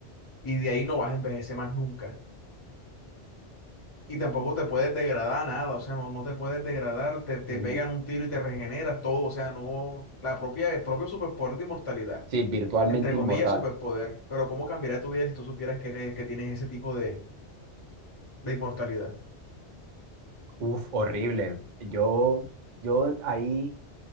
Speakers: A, on the left; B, on the right.
A: y de ahí no vas a envejecer más nunca. Y tampoco te puedes degradar nada, o sea, no, no te puedes degradar, te, te
B: Ujú.
A: pegan un tiro y te regeneras todo, o sea, no, la propia, el propio superpoder de inmortalidad,
B: Sí, virtualmente
A: entre comillas,
B: inmortal.
A: superpoder, pero ¿cómo cambiaría tu vida si tú supieras que, eres, que tienes ese tipo de, de inmortalidad?
B: Uf, horrible. Yo, yo ahí.